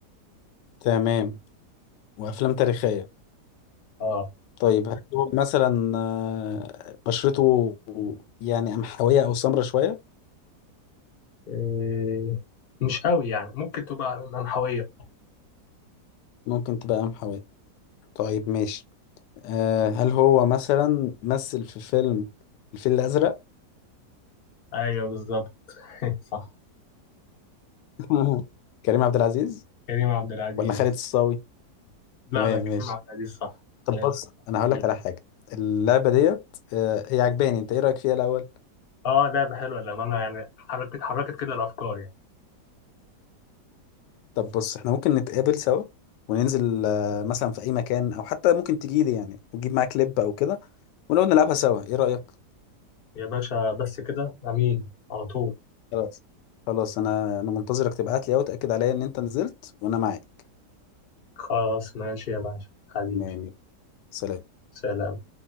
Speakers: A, on the left; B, on the left.
A: تمام وأفلام تاريخية
B: اه
A: طيب هل هو مثلا آه، بشرته يعني قمحوية أو سمرة شوية؟
B: إيه، مش قوي يعني ممكن تبقى عن- منحوية
A: ممكن تبقى قمحوية طيب ماشي آه هل هو مثلا مثل في فيلم الفيل الأزرق
B: ايوه بالظبط <laughs> صح
A: <laughs> كريم عبد العزيز
B: كريم عبد العزيز
A: ولا خالد الصاوي
B: لا
A: تمام
B: لا كريم
A: ماشي
B: عبد العزيز صح
A: طب
B: لا-
A: بص أنا هقول لك على حاجة اللعبة ديت آه هي عجباني أنت إيه رأيك فيها الأول
B: اه لعبة حلوة للأمانة يعني حركت حركت كده الأفكار يعني
A: طب بص إحنا ممكن نتقابل سوا وننزل آه مثلا في أي مكان أو حتى ممكن تجيلي يعني وتجيب معاك كليب أو كده ونقعد نلعبها سوا إيه رأيك
B: يا باشا بس كده أمين على طول
A: خلاص خلاص أنا أنا منتظرك تبعت لي أهو تأكد عليا إن أنت نزلت وأنا معاك
B: خلاص ماشي يا باشا حبيبي
A: تمام سلام
B: سلام